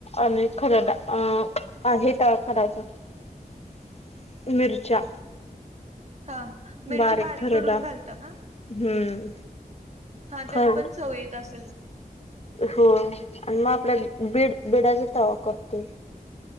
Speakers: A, on the left (about 40°); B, on the right (about 45°).
A: आणि खरडा अं आहे त करायचं मिरच्या
B: हा मिरची
A: बारीक खरडा
B: करून घालता का?
A: हम्म
B: हा
A: खरड
B: त्यान पण सवयेत असतं
A: होय आणि मग आपल्या बीड बिडाचा तवा करतोय